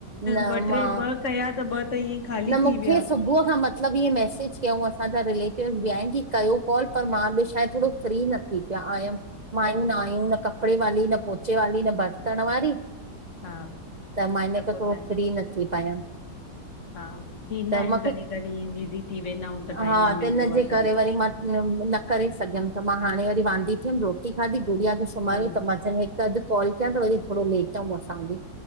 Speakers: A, on the right; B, on the left.
A: न
B: ॿ टे,
A: मां
B: ॿ कया त ॿ त ईअं ख़ाली
A: न मूंखे।
B: थी विया
A: सुबुह खां म मतिलबु इअं मैसेज कयऊं असांजा रिलेटिवस बि आहिनि कि कयो कॉल पर मां बि छाए थोरो फ्री न थी पिया आयमि। माइयूं
B: हा
A: न आहियूं न कपिड़े वाली, न पोचे वाली, न बर्तन वारी
B: हा
A: त मां इन करे
B: पोइ
A: थोरो
B: टाइम
A: फ्री न थी पायमि।
B: हा थींदा
A: त
B: आहिनि।
A: मूंखे
B: कॾहिं कॾहिं ईअं बिज़ी थी वेंदा आहियूं त टाइम
A: हा
B: न
A: त
B: मिलंदो
A: हिनजे
B: आहे तरीकों।
A: करे वरी मां न करे सघियुमि त मां हाणे वरी वांदी थीयुमि, रोटी खाधी, गुड़िया खे सुुमारियो
B: हम्म
A: त मां चयो हिकु अधु कॉल कयां त वरी थोरो लेटऊं असां बि।